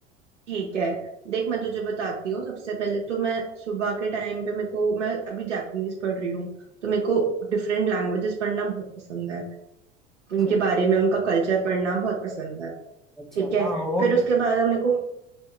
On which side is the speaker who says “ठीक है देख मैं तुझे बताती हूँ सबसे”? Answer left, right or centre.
Right